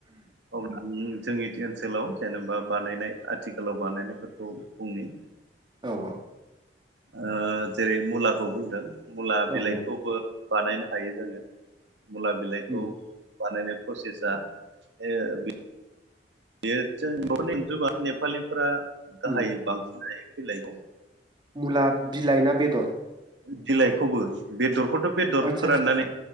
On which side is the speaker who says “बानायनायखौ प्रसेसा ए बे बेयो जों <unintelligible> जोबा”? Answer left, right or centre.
Right